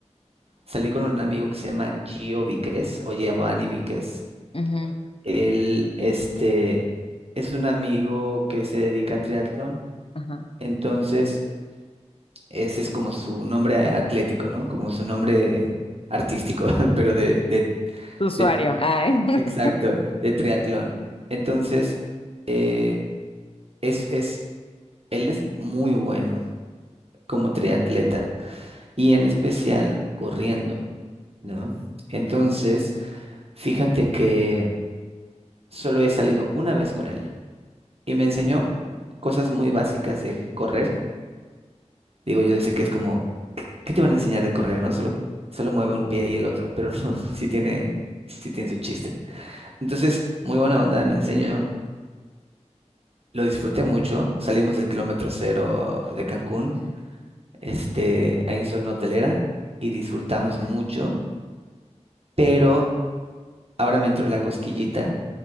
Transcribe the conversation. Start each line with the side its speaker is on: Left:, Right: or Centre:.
Right: salí con un amigo que se llama Gio Víquez o Giovanni Víquez.
Left: Ujú,
Right: Él, este, es un amigo que se dedica a triatlón,
Left: ajá.
Right: entonces Ese es como su nombre atlético, ¿no? Como su nombre artístico, <laughs> pero de, de,
Left: Tu usuario.
Right: de-
Left: ay. <laughs>
Right: exacto, de triatlón. Entonces, eh, es, es, él es muy bueno como triatleta y en especial corriendo, ¿no? Entonces, fíjate que solo he salido una vez con él y me enseñó cosas muy básicas de correr. Digo, yo sé que es como ¿Qué te van a enseñar de correr, no? Solo, solo mueve un pie y el otro, pero no, <laughs> sí tiene, sí tiene su chiste. Entonces, muy buena onda, me enseñó. Lo disfruté mucho. Salimos del kilómetro cero de Cancún, este, ahí en zona hotelera, y disfrutamos mucho. Pero ahora me entró la cosquillita.